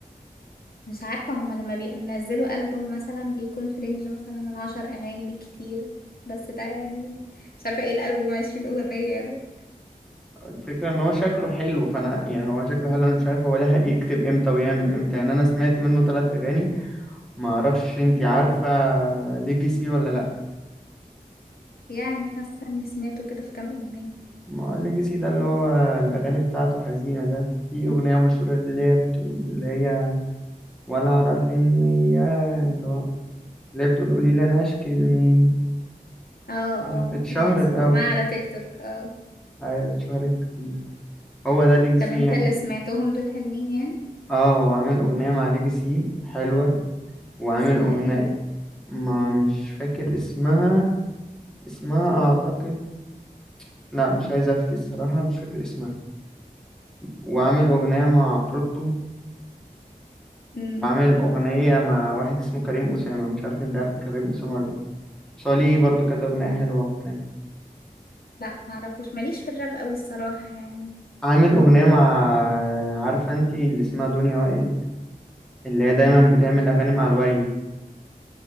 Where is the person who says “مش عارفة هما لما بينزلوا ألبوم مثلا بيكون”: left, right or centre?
Left